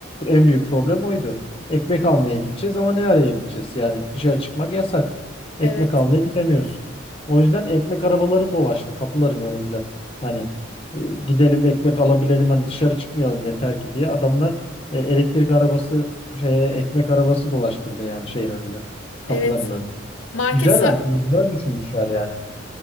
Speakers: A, on the left; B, on the left.
A: en büyük problem oydu. Ekmek almaya gideceğiz ama ne araya gideceğiz? Yani dışarı çıkmak yasak. Ekmek
B: Evet.
A: almaya gidemiyorsun. O yüzden ekmek arabaları dolaştı kapıların önünde. Yani e, gidelim ekmek alabilelim hani dışarı çıkmayalım yeter ki diye adamlar e, elektrik arabası şeye, ekmek arabası dolaştırdı yani şeyin önünde kapıların
B: Evet.
A: önünde.
B: Market
A: Güzel
B: sa-
A: aslında güzel düşünmüşler yani.